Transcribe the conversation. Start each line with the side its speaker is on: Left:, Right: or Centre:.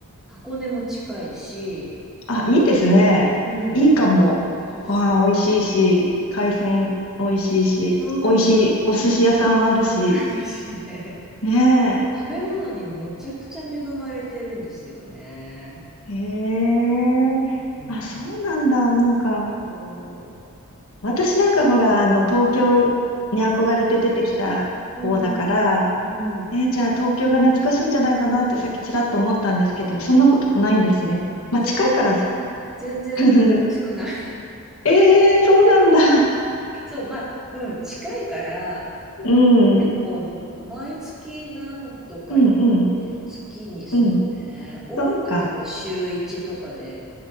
Centre: 箱根も近いし、
Left: あ、いいですね。
Centre: うん、
Left: いいかも。
Centre: そうそう。
Left: ご飯美味しいし、海鮮美味しいし、
Centre: そう、
Left: 美味しいお寿司屋さんもあるし。
Centre: あるしね。<laughs>
Left: ね
Centre: 食べ物にめちゃくちゃ恵まれてるんですよね。
Left: え。へえ。
Centre: うん。
Left: あ、そうなんだ。なんか、
Centre: そ
Left: 私なんかほら、あの、東京に憧れて出てきた方だから、
Centre: う。うん、うんうん。
Left: えーじゃあ東京が懐かしいんじゃないかなってさっきちらっと思ったんですけど、そんなことないんですね。
Centre: あ、
Left: まあ、
Centre: 全
Left: 近いから。
Centre: 然、全然懐かしくない。
Left: <laughs> ええー、そうなんだ。
Centre: <laughs> そう、まあ、うん、近いから、
Left: うん、
Centre: 結構、
Left: うん、
Centre: 毎月何度か行ってる。
Left: うん、
Centre: 月に、そうね。
Left: うん。
Centre: 多い時は週1とかで。
Left: そっか。